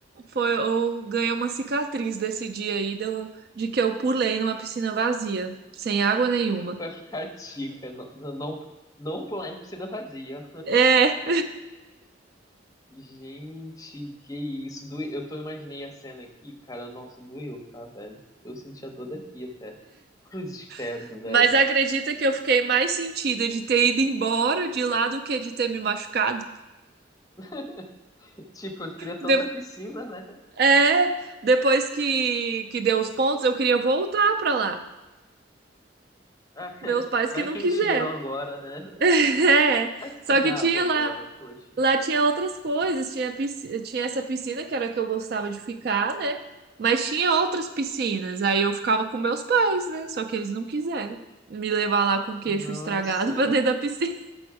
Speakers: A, on the right; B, on the left.
A: foi, eu ganhei uma cicatriz desse dia aí do- de que eu pulei numa piscina vazia, sem água nenhuma.
B: <laughs> Vai ficar tica, não, não, não não pular em piscina vazia.
A: É,
B: Gente, que isso. Doe... Eu tô imaginei a cena aqui, cara. Nossa, doeu, tá, velho? Eu senti a dor daqui até. Cruzes credo,
A: <laughs>
B: velho.
A: mas acredita que eu fiquei mais sentida de ter ido embora de lá do que de ter me machucado?
B: <laughs> Tipo, eu queria tanta
A: De-
B: piscina, né?
A: É, depois que, que deu os pontos, eu queria voltar pra lá.
B: Ah, <laughs>
A: Meus pais que
B: Vai
A: não
B: que
A: quiseram.
B: encheram agora, né?
A: <laughs> É,
B: Vai que
A: só
B: tem
A: que
B: água
A: tinha lá,
B: agora, poxa.
A: lá tinha outras coisas, tinha, pisci- tinha essa piscina que era a que eu gostava de ficar, né? Mas tinha outras piscinas, aí eu ficava com meus pais, né? Só que eles não quiseram me levar lá com o queixo
B: Nossa.
A: estragado <laughs> pra dentro da piscina.